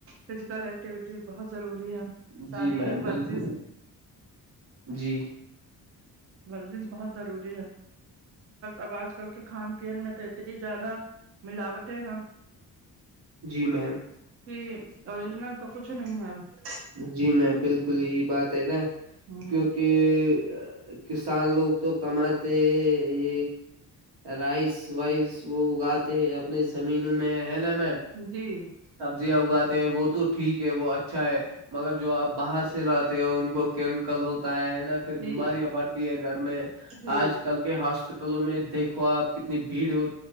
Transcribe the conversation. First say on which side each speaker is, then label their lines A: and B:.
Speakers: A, on the right; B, on the right.
A: فزیکل ایکٹیوٹی بہت ضروری ہے شارییرک
B: جی میم بالکل
A: ورزش
B: جی
A: ورزش بہت ضروری ہے اب آج کل کے کھان میں تو اتنی زیادہ ملاوٹیں ہ
B: جی میم
A: ج اورریجنل تو کچھ نہیں ہے <unintelligible>
B: جی میںی بالکل یہی بات ہے نا
A: ہ
B: کیونکہ <unintelligible> کسان لوگ تو کماتے یہ رائس وائس وہ اگاتے ہیں اپنے زمینوں میں ہے نا میم
A: جی <unintelligible>
B: سبزیاں اگاتے ہیں وہ تو ٹھیک ہے وہ اچھا ہے مگر جو آپ باہر سے لاتے ہو ان کو کیمیکل ہوتا ہے نا پھر
A: جی
B: بیماریاں بڑھتی ہے گھر میں
A: جی
B: آج کل کے ہاسپٹل ٹلوں میں دیکھو آپ کتنی بھیڑ ہو